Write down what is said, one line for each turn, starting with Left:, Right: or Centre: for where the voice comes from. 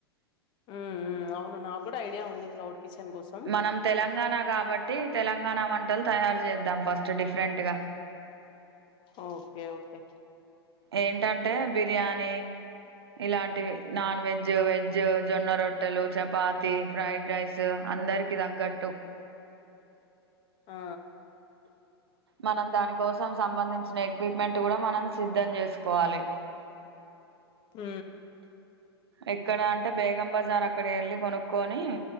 Left: ఉమ్ ఉమ్ అవును నాకు కూడా ఐడియా ఉంది క్లౌడ్ కిచెన్ కోసం
Right: మనం హ్మ్మ్ తెలంగాణ కాబట్టి తెలంగాణ వంటలు తయారు చేద్దాం ఫస్ట్ డిఫరెంట్ గా
Left: ఓకే ఓకే
Right: ఏంటంటే బిర్యానీ ఇలాంటివి నాన్ వెజ్ వెజ్ జొన్న రొట్టెలు చపాతి. ఫ్రైడ్ రైస్ అందరికి తగ్గట్టు.
Left: ఆ
Right: మనం దాని కోసం సంబంధించిన ఎక్విప్మెంట్ కూడా మనం సిద్ధం చేసుకోవాలి.
Left: హ
Right: ఎక్కడ అంటే బేగం బజార్ అక్కడ వెళ్ళి కొనుక్కొని